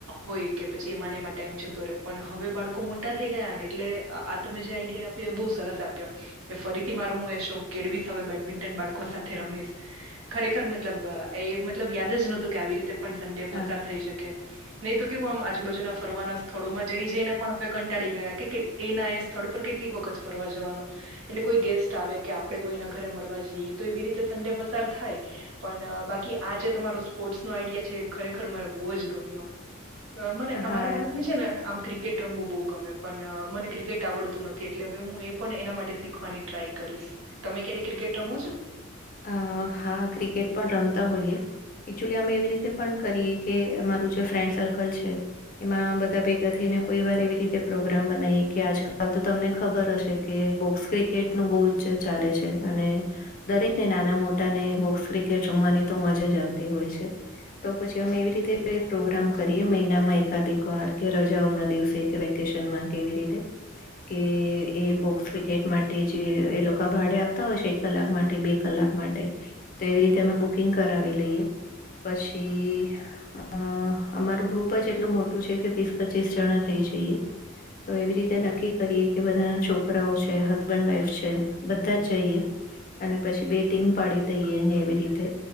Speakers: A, on the right; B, on the left.
A: હોય કે પછી એમાંને એમાં ટાઈમ જતો રહે પણ હવે બાળકો મોટા થઈ ગયા ને એટલે આ તમે જે આઈડિયા આપ્યો એ બહુ સરસ આપ્યો કે ફરીથી મારો હું એ શોક કેળવી બેડમિન્ટન બાળકો સાથે રમીશ ખરેખર મતલબ એ મતલબ યાદ જ નહોતું કે આવી રીતે પણ સંડે
B: હા
A: પસાર થઈ શકે નહી તો કેવું આમ આજુબાજુના ફરવાના સ્થળોમાં જઈ જઈ ને પણ કંટાળી ગયા કે એના એ સ્થળ પર કેટલીક વખત ફરવા જવાનું. એટલે કોઈ ગેસ્ટ આવે કે આપણે કોઈના ઘરે મળવા જઈએ તો એવી રીતે સન્ડે પસાર થાય. પણ બાકી આ જે તમારો સ્પોર્ટ્સ નો આઈડિયા છે ખરેખર મને બોહ જ ગમ્યો એમ. મને
B: હા.
A: અમારા બાળક ને છે ને આમ ક્રિકે ક્રિકેટ રમવું બહુ ગમે પણ મને ક્રિકેટ આવડતું નથી એટલે હવે હું એ પણ એના માટે શીખવાની ટ્રાય કરીશ. તમે ક્યારે ક્રિકેટ રમો છો?
B: હ હા ક્રિકેટ પણ રમતા હોઈએ. એકચુલી અમે એવી રીતે પણ કરીએ કે અમારું જે ફ્રેન્ડ સર્કલ છે. એમાં બધા ભેગા થઈને કોઈ વાર એવી રીતે પ્રોગ્રામ બનાવીએ કે આજકાલ તો તમને ખબર હશે. કે બોક્સ ક્રિકેટનું બોહ જ ચાલે છે અને દરેક ને નાના મોટા ને બોક્સ ક્રિકેટ રમવાની તો મજા આવતી હોય છે. તો પછી અમે એવી રીતે પ્રોગ્રામ કરીએ મહિનામાં એકાદ વાર કે રજાઓ ના દિવસે વેકેેશનમાં કે એવી રીતે કે એ બોક્સ ક્રિકેટ માટે જે એ લોકો ભાડે આપતા હોય છે એક કલાક માટે બે કલાક માટે તો એવી રીતે અમે બુકિંગ કરાવી લઈએ પછી અ અમારું ગ્રુપ જ એટલું મોટું છે કે વીસ પચીસ જણા થઇ જઈએ. તો એવી રીતે નક્કી કરીએ કે બધાના છોકરાઓ છે હસબન્ડ વાઈફ છે બધા જ જઈએ. અને પછી બે ટીમ પાડી દઈએ ને એવી રીતે.